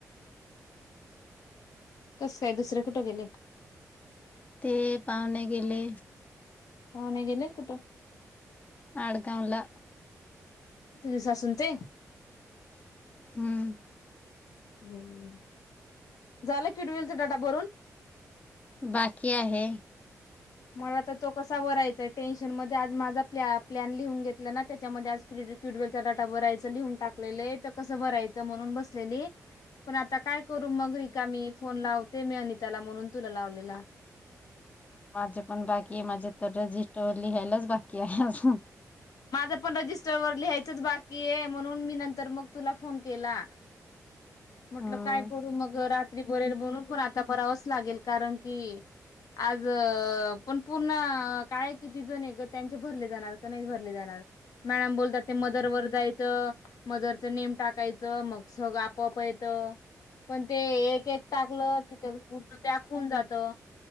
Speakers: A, on the left; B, on the left.
A: कस काय दुसरे कुठे गेले
B: ते पाहुणे गेले
A: पाहुणे गेले कुठं
B: आडगावला
A: तुझ सासूनच आहे
B: हम्म
A: हम् झालं किड मिलच डबा भरून
B: बाकी आहे.
A: मला तर तो कसा वरायचा टेन्शन मध्ये आज माझा प प्लॅन लिहून घेतला ना त्याच्यामध्ये आज क किड वेल चा डाटा भरायचा लिहून टाकलेय तर कस भरायच म्हणून बसलेली पण आत काय करू मग रिकामी फोन लावते मी अनिताला म्हणून तुला लावलेला
B: माझे पण बाकी आहे माझे तर रजिस्टरवर लिहायलाच बाकी आहे अजून
A: माझं पण रजिस्टरवर लिहायचंच बाकी आहे म्हणून मी न तर मग तुला फोन केला म्हटलं
B: हम्म.
A: काय करू मग रात्री बरेल बनून पण आता बरावंच लागेल कारण कि आज पण पूर्ण काय किती जण आहे ग त्यांचे भरले जाणार काय नाय भरले जाणार मॅडम बोलतात ते मदर वर जाय च मदर च नेम टाकायचं मग सगळं आपोआप येत पण ते एक एक टाकलं की त्यारण दाखवून जात